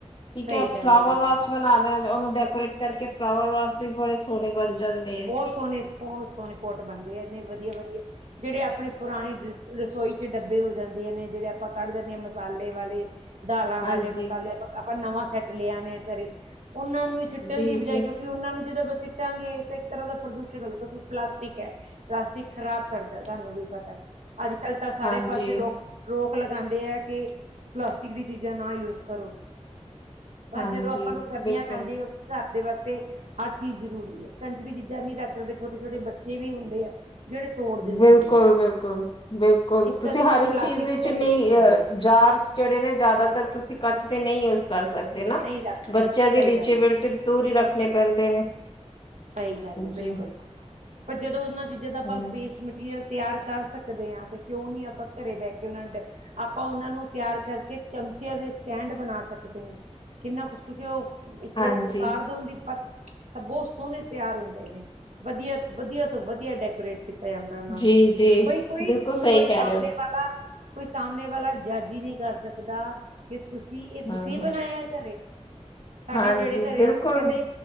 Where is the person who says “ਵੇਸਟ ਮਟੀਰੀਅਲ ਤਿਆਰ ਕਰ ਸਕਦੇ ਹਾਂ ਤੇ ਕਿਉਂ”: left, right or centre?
Right